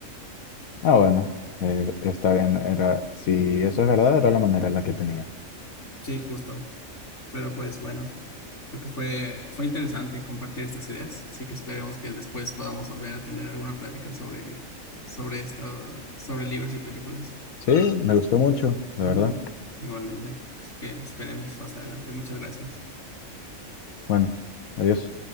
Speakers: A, on the left; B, on the left.
A: Ah, bueno, eh, está bien. Era, si eso es verdad, era la manera en la que tenía.
B: sí, justo. Pero pues bueno, creo que fue, fue interesante compartir estas ideas, así que esperemos que después podamos volver a tener alguna plática sobre, sobre esto, sobre libros y películas.
A: Sí, me gustó mucho, la
B: Ujú,
A: verdad.
B: Igualmente. Así que esperemos más adelante. Muchas gracias.
A: Bueno, adiós.